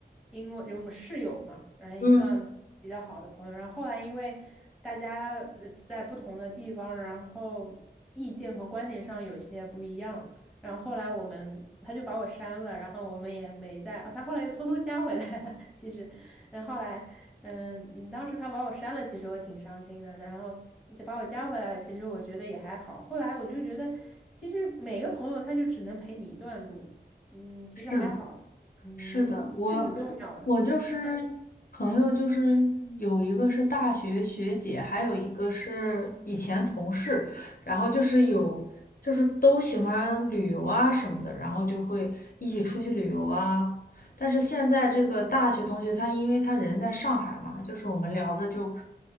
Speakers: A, in the centre; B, on the left.
A: 因为我们室友嘛，然后也算比较好的朋友，
B: 嗯，
A: 然后后来因为大家呃在不同的地方，然后意见和观点上有些不一样，然后后来我们他就把我删了，然后我们也没在，哦，他后来又偷偷加回来了，<laughs> 其实，然后来。嗯，嗯当时他把我删了，其实我挺伤心的。然后你再把我加回来了，其实我觉得也还好。后来我就觉得，其实每个朋友他就只能陪你一段路，嗯，其实还好，
B: 是的。
A: 嗯，
B: 是的，我
A: 是挺重要的。
B: 我就是朋友，
A: 但是
B: 就是有一个是大学学姐，还有一个是以前同事，然后就是有就是都喜欢旅游啊什么的，然后就会一起出去旅游啊。但是现在这个大学同学，他因为他人在上海嘛，就是我们聊的就